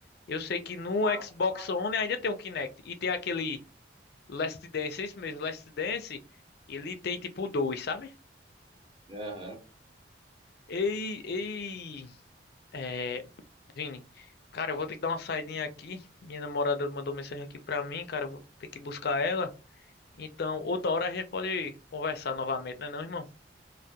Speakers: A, on the left; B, on the right.
A: eu sei que no
B: Ah,
A: Xbox
B: tá.
A: One ainda tem o Kinect e tem aquele Last Dance, é isso mesmo, Last Dance, ele tem tipo dois, sabe?
B: Aham.
A: Ei, ei, é, Vini, cara, eu vou ter que dar uma saidinha aqui. Minha namorada mandou mensagem aqui pra mim, cara, eu vou ter que buscar ela. Então, outra hora a gente pode conversar novamente, né, não, irmão?